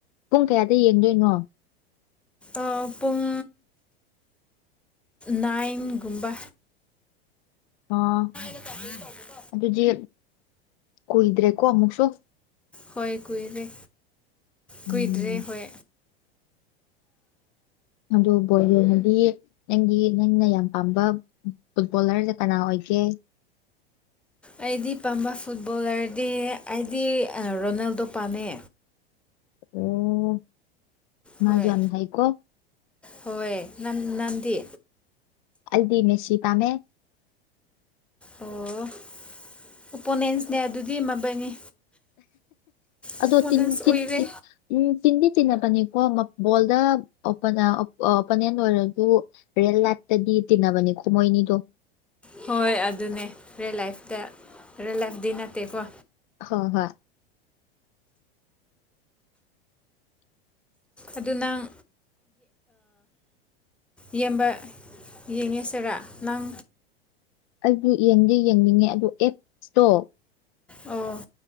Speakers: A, on the left (about 50°); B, in the centre.
A: ꯄꯨꯡ ꯀꯌꯥꯗ ꯌꯦꯡꯗꯣꯏꯅꯣ
B: ꯑꯥ ꯄꯨꯡ ꯅꯥꯏꯟꯒꯨꯝꯕ
A: ꯑꯥ
B: <unintelligible>
A: ꯑꯗꯨꯗꯤ ꯀꯨꯏꯗ꯭ꯔꯦꯀꯣ ꯑꯃꯨꯛꯁꯨ
B: ꯍꯣꯏ ꯀꯨꯏꯗ꯭ꯔꯦ
A: ꯎꯝ
B: ꯀꯨꯏꯗ꯭ꯔꯦ ꯍꯣꯏ
A: ꯑꯗꯨ <unintelligible> ꯍꯥꯏꯗꯤ ꯅꯪꯒꯤ ꯅꯪꯅ ꯌꯥꯝ ꯄꯥꯝꯕ ꯐꯨꯠꯕꯣꯂꯔꯁꯦ ꯀꯅꯥ ꯑꯣꯏꯒꯦ
B: ꯑꯩꯗꯤ ꯄꯥꯝꯕ ꯐꯨꯠꯕꯣꯂꯔꯗꯤ ꯑꯩꯗꯤ ꯔꯣꯅꯥꯜꯗꯣ ꯄꯥꯝꯃꯦ
A: ꯑꯣ ꯃꯥꯖꯨ
B: ꯍꯣꯏ
A: ꯌꯥꯝ ꯍꯩꯀꯣ
B: ꯍꯣꯏ ꯅꯪ ꯅꯪꯗꯤ
A: ꯑꯩꯗꯤ ꯃꯦꯁꯤ ꯄꯥꯝꯃꯦ
B: ꯑꯣ ꯑꯣꯄꯣꯅꯦꯟꯁꯅꯦ ꯑꯗꯨꯗꯤ ꯃꯕꯥꯅꯤ ꯑꯣꯄꯣꯅꯦꯟꯁ
A: ꯑꯗꯣ ꯇꯤꯟ ꯇꯤꯟ
B: ꯑꯣꯏꯔꯦ
A: ꯎꯝ ꯇꯤꯟꯗꯤ ꯇꯤꯟꯅꯕꯅꯤꯀꯣ ꯕꯣꯜꯗ ꯑꯣꯄꯣꯅꯦꯟ ꯑꯣꯏꯔꯁꯨ ꯔꯦꯜ ꯂꯥꯏꯐꯇꯗꯤ ꯇꯤꯟꯅꯕꯅꯤ ꯃꯣꯏꯅꯤꯗꯣ
B: ꯍꯣꯏ ꯑꯗꯨꯅꯦ ꯔꯤꯌꯜ ꯂꯥꯏꯐꯇ ꯔꯤꯌꯜ ꯂꯥꯏꯐꯗꯤ ꯅꯠꯇꯦꯀꯣ
A: ꯍꯣꯏ ꯍꯣꯏ
B: ꯑꯗꯨ ꯅꯪ ꯌꯦꯡꯕ ꯌꯦꯡꯉꯦꯁꯤꯔꯥ ꯅꯪ
A: ꯑꯩꯗꯤ ꯌꯦꯡꯗꯤ ꯌꯦꯡꯅꯤꯡꯉꯦ ꯑꯗꯣ ꯑꯦꯞꯁꯇꯣ
B: ꯑꯣ